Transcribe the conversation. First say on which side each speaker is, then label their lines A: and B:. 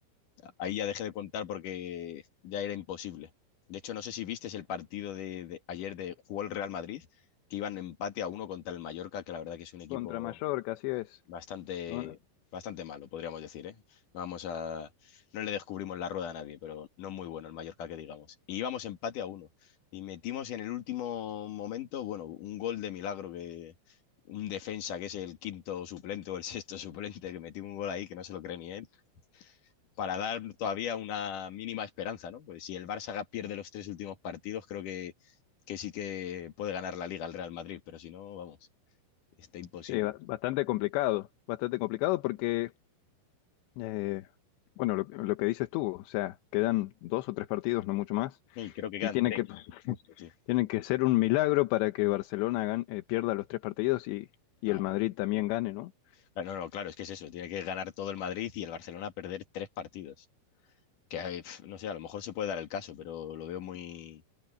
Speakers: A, on the left; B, on the left.
A: Ahí ya dejé de contar porque ya era imposible. De hecho, no sé si viste el partido de, de ayer de jugó el Real Madrid, que iban empate a uno contra el Mallorca, que la verdad que es un equipo
B: Contra Mallorca, así es.
A: bastante,
B: Bueno,
A: bastante malo, podríamos decir, ¿eh? No vamos a, no le descubrimos la rueda a nadie, pero no muy bueno el Mallorca que digamos. Y íbamos empate a uno. Y metimos en el último momento, bueno, un gol de milagro que un defensa que es el quinto suplente o el sexto suplente, que metió un gol ahí que no se lo cree ni él para dar todavía una mínima esperanza, ¿no? Porque si el Barça pierde los tres últimos partidos, creo que, que sí que puede ganar la Liga el Real Madrid, pero si no, vamos, está imposible.
B: sí, ba- bastante complicado, bastante complicado porque, eh, bueno, lo, lo que dices tú, o sea, quedan dos o tres partidos, no mucho más,
A: Y creo que quedan
B: y tiene
A: tres,
B: que,
A: justo, sí.
B: tienen que ser un milagro para que Barcelona gan- eh, pierda los tres partidos y, y
A: No,
B: el Madrid
A: vale.
B: también gane, ¿no?
A: Ah, no, no, claro, es que es eso, tiene que ganar todo el Madrid y el Barcelona perder tres partidos. Que, eh, pf, no sé, a lo mejor se puede dar el caso, pero lo veo muy,